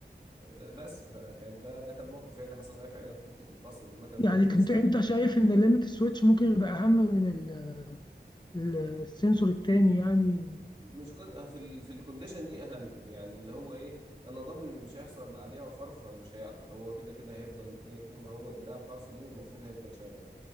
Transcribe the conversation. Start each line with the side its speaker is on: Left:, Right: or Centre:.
Right: آه، بس فكان ده ده كان موقف يعني حصل معايا فعلا في حته الفصل المكنه
Left: يعني
Right: ممكن تفصل
Left: كنت انت
Right: او كده
Left: شايف
Right: او
Left: ان الليمت سويتش ممكن يبقى اهم من ال- ال- السنسور التاني يعني
Right: مش كز... آه، في ال... في الكونديشن دي اهم يعني اللي هو ايه انا ضامن مش هيحصل عليه عفار فمش هيعطل هو كده كده هيفضل ايه طول ما هو الدراع بتاعه سليم المفروض هيفضل شغال